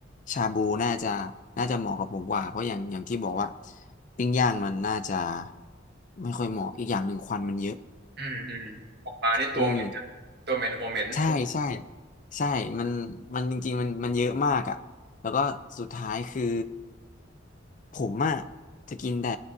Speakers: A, on the left; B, on the right.
A: ชาบูน่าจะน่าจะเหมาะกับผมกว่าเพราะอย่างอย่างที่บอกว่าปิ้งย่างมันน่าจะไม่ค่อยเหมาะอีกอย่างหนึ่งควันมันเยอะ
B: อืมอืมหัวปลานี่ตัวเหม็นนะตัวเหม็นหัวเหม็น
A: อืม ใช่ใช่ใช่มันมันจริงๆมันมันเยอะมากอ่ะแล้วก็สุดท้ายคือผมอ่ะจะกินแต่